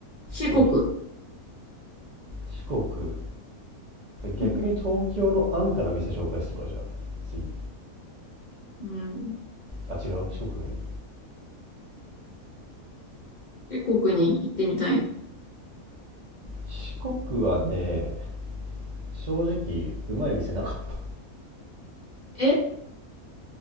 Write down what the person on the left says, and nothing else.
四国。
うん、うん。
四国に行ってみたい。
え